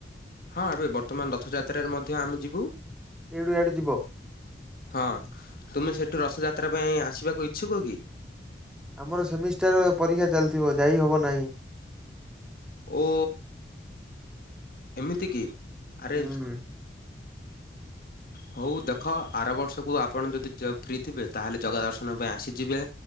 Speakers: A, on the left (about 55°); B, in the centre.
A: ହଁ ଏବେ ବର୍ତ୍ତମାନ ରଥଯାତ୍ରାରେ ମଧ୍ୟ ଆମେ ଯିବୁ
B: ଏଇଠୁଆଡ଼େ ଯିବ
A: ହଁ ତୁମେ ସେଠୁ ରଥଯାତ୍ରା ପାଇଁ ଆସିବାକୁ ଇଚ୍ଛୁକ କି?
B: ଆମର ସେମିଷ୍ଟାର ପରୀକ୍ଷା ଚାଲିଥିବ ଯାଇ ହବ ନାହିଁ
A: ଓ ଏମିତି କି ଆରେ
B: ହୁଁ।
A: ହ <inaudible> ହଉ ଦେଖ ଆର ବର୍ଷକୁ ଆପଣ ଯଦି ଫ୍ରି ଥିବେ ତାହେଲେ ଜଗା ଦର୍ଶନ ପାଇଁ ଆସିଯିବେ